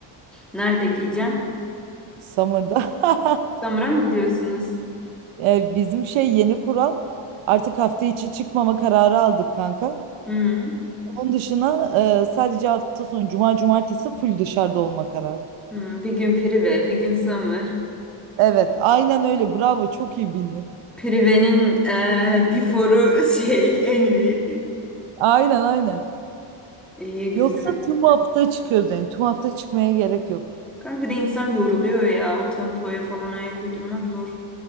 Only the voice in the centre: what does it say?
Nerede giyeceksin?
Summer'a mı gidiyorsunuz?
Hı.
Hı. Bir gün Prive, bir gün Summer.
Prive'nin eee before'u şey <laughs> Envy.
İyi
güzel.
Kanka bir de insan yoruluyor ya. O tempoya falan ayak uydurmak zor.